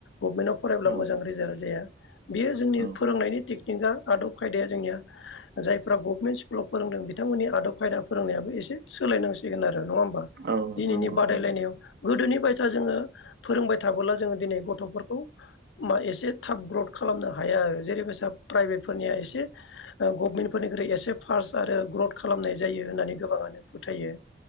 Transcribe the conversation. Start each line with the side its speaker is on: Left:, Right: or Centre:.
Left: गभमेन्टआव फरायब्ला
Right: औ
Left: मोजां रिजाजाल्ट जाया। बेयो जोंनि
Right: औ
Left: फोरोंनायनि टेकनिकआ आदब खायदाया जोंनिया जायफ्रा गभमेन्ट स्कुलाव फोरोंदों बिथांमोननि आदब खायदा फोरोंनायाबो एसे सोलायनांसिगोन आ रो नङा होमा
Right: औ
Left: दिनैनि
Right: नंगौ
Left: बादायलायनायाव
Right: नंगौ
Left: गोदोनि बायसा जोङो फोरोंबाय थाबोला जोङो दिनै गथ'फोरखौ मा एसे थाब ग्रथ खालामनो हा हाया जेरैबायसा प्राइभेटफोरनिया एसे ओ गभमेन्टफोरनिख्रुइ एसे फार्स्ट आरो ग्रथ खालामनाय जायो होननानै गोबाङानो फोथायो।